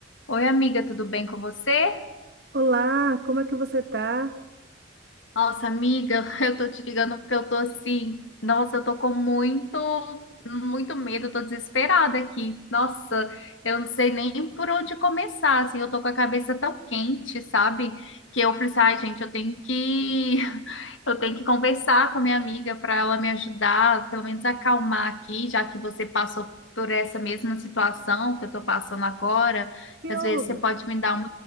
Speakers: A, on the left; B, on the right.
A: Oi, amiga, tudo bem com você?
B: Olá, como é que você tá?
A: Nossa, amiga, <laughs> eu tô te ligando porque eu tô assim. Nossa, eu tô com muito, muito medo, eu tô desesperada aqui. Nossa, eu não sei nem por onde começar, assim. Eu tô com a cabeça tão quente, sabe? Que eu falei assim, ai, gente, eu tenho que, <laughs> eu tenho que conversar com a minha amiga para ela me ajudar, pelo menos acalmar aqui, já que você passou por essa mesma situação que eu tô passando agora.
B: Que
A: Às
B: houve?
A: vezes você pode me dar uma